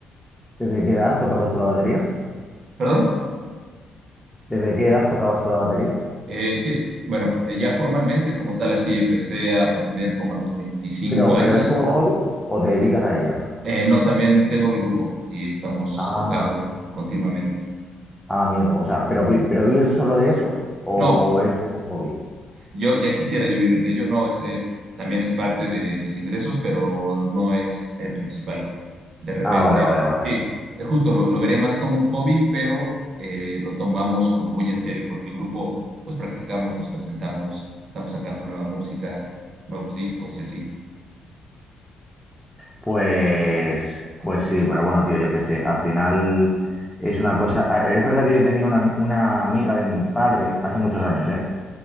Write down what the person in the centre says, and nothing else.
¿Desde qué edad tocabas tú la batería?
¿Desde qué edad tocabas tú la batería?
Pero,
pero ¿es como hobby o te dedicas a ella?
ah
Ah, amigo, o sea, ¿pero, vi- pero vives solo de eso o,
o es como un hobby?
Ah, vale, vale, vale.
Pues, pues sí, pero bueno, tío, yo qué sé, al final es una cosa... ah, Es verdad que yo tenía una, ami- una amiga de mi padre hace muchos años, ¿eh?